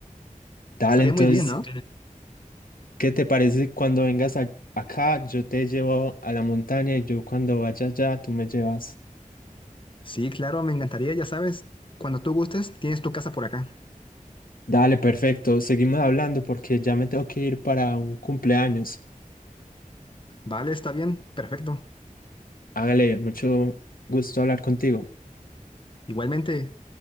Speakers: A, on the left; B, on the left.
A: Dale,
B: Estaría
A: entonces,
B: muy bien, ¿no?
A: ¿qué te parece cuando vengas a- acá? Yo te llevo a la montaña y yo cuando vaya allá, tú me llevas.
B: Sí, claro, me encantaría, ya sabes. Cuando tú gustes, tienes tu casa por acá.
A: Dale, perfecto. Seguimos hablando porque ya me tengo que ir para un cumpleaños.
B: Vale, está bien, perfecto.
A: Hágale, mucho gusto hablar contigo.
B: Igualmente,